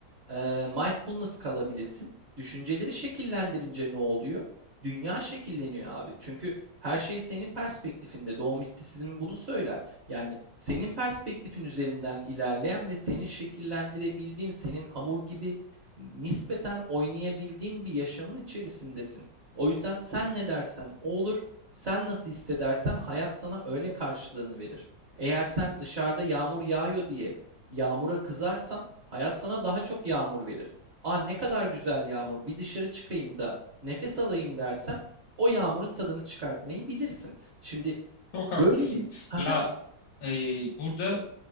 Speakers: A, on the right; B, on the left.
A: eee, mindfulness kalabilesin. Düşünceleri şekillendirince ne oluyor? Dünya şekilleniyor abi. Çünkü her şey senin perspektifinde. Doğu mistisizmi bunu söyler. Yani senin perspektifin üzerinden ilerleyen ve senin şekillendirebildiğin, senin hamur gibi nispeten oynayabildiğin bir yaşamın içerisindesin. O yüzden sen ne dersen o olur. Sen nasıl hissedersen hayat sana öyle karşılığını verir. Eğer sen dışarıda yağmur yağıyor diye yağmura kızarsan Hayat sana daha çok yağmur verir. Aa ne kadar güzel yağmur, bir dışarı çıkayım da nefes alayım dersen o yağmurun tadını çıkartmayı bilirsin. Şimdi
B: Çok
A: böyle
B: haklısın.
A: bir haha
B: Ya e, burada